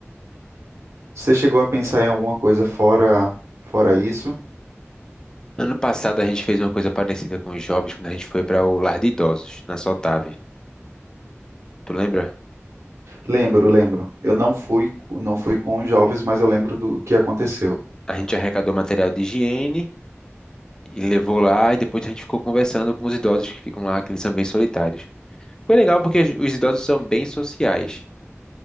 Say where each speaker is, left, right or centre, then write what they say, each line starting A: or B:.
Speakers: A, on the right; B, on the left.
A: Você chegou a pensar em alguma coisa fora fora isso?
B: Ano passado a gente fez uma coisa parecida com os jovens quando a gente foi para o lar de idosos, na Sotave. Tu lembra?
A: Lembro, lembro. Eu não fui não fui com os jovens, mas eu lembro do que aconteceu.
B: A gente arrecadou material de higiene e levou lá e depois a gente ficou conversando com os idosos que ficam lá, que eles são bem solitários. Foi legal porque os idosos são bem sociais.